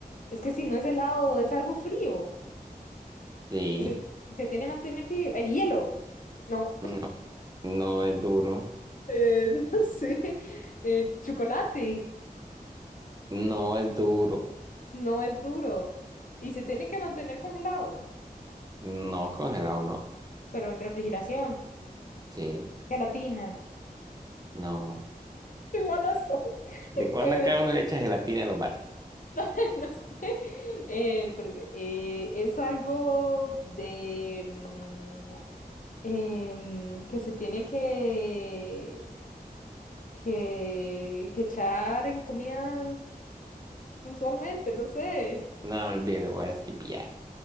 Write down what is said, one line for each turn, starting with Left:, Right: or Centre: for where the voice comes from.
Left: Es que si no es helado, es algo frío.
Right: Sí,
Left: Se, se tiene que mantener frío. El hielo. No,
Right: no, no es duro,
Left: eh, <laughs> no sé. Eh, chocolate.
Right: no es duro,
Left: No es duro. Y se tiene que mantener congelado,
Right: no congelado, no,
Left: pero en refrigeración.
Right: sí,
Left: Gelatina.
Right: no.
Left: Qué malas son.
Right: ¿De cuándo
Left: Eh,
Right: acá uno le echa gelatina a los batis?
Left: <laughs> no sé. Eh, espérese. Eh, es algo de... mm, em, que se tiene que, que, que echar en comidas usualmente, no sé.
Right: No, olvídalo, voy a esquipear.